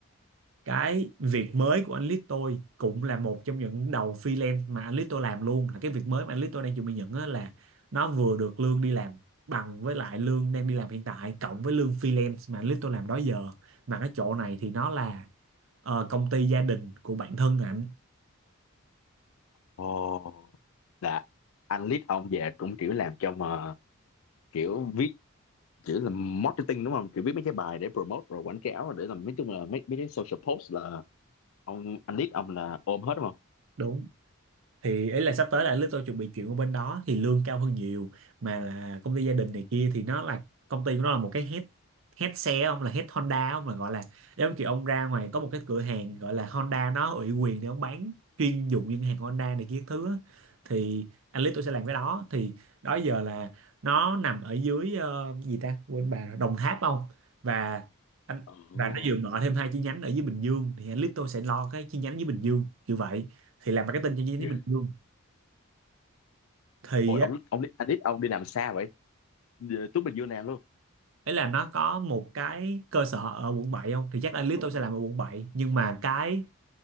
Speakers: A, on the right; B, on the left.
A: cái việc mới của anh Lít tôi cũng là một trong những đầu freelance mà anh Lít tôi làm luôn là cái việc mới mà anh Lít tôi đang chuẩn bị nhận á là nó vừa được lương đi làm bằng với lại lương đang đi làm hiện tại cộng với lương freelance mà anh Lít tôi làm đó giờ mà cái chỗ này thì nó là ờ, công ty gia đình của bản thân ảnh
B: ồ, là anh lead ông về cũng kiểu làm cho mà kiểu viết chỉ là marketing đúng không chỉ viết mấy cái bài để promote rồi quảng cáo để làm mấy chung là mấy mấy cái social post là ông anh lead ông là ôm hết đúng không
A: đúng thì ý là sắp tới là anh Lít tôi chuẩn bị chuyển qua bên đó thì lương cao hơn nhiều mà là công ty gia đình này kia thì nó là công ty của nó là một cái head head xe ông là head Honda ông là gọi là giống như kiểu ông ra ngoài có một cái cửa hàng gọi là Honda nó ủy quyền để ông bán chuyên dụng những hàng Honda này kia các thứ á. thì anh Lít tôi sẽ làm cái đó thì đó giờ là nó nằm ở dưới ờ, gì ta quên bà rồi, Đồng Tháp không và anh
B: Ồ.
A: và nó vừa mở thêm hai chi nhánh ở dưới Bình Dương thì anh Lít tôi sẽ lo cái chi nhánh dưới Bình Dương kiểu vậy thì làm marketing cho những
B: Yeah.
A: bình dương thì
B: ôi
A: á
B: ông ông anh lead ông đi làm xa vậy Về Tú Bình Dương làm luôn
A: ấy là nó có một cái cơ sở ở quận 7 không thì chắc là Lito sẽ làm ở quận bảy nhưng mà cái